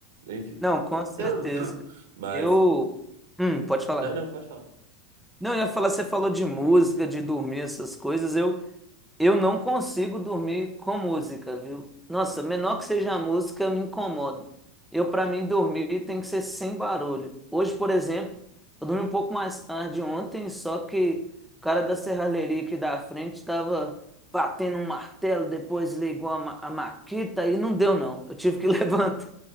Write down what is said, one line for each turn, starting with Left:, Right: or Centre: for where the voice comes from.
Right: Enfim,
Centre: Não, com certeza.
Right: <coughs> mas.
Centre: Eu. Hum, pode falar.
Right: Não, não, pode falar.
Centre: Não, eu ia falar, você falou de música, de dormir, essas coisas. Eu Eu não consigo dormir com música, viu? Nossa, menor que seja a música, me incomoda. Eu, pra mim, dormir tem que ser sem barulho. Hoje, por exemplo, eu dormi um pouco mais tarde ontem, só que o cara da serralheria aqui da frente estava batendo um martelo, depois ligou a, ma- a maquita e não deu, não. Eu tive que <laughs> levantar.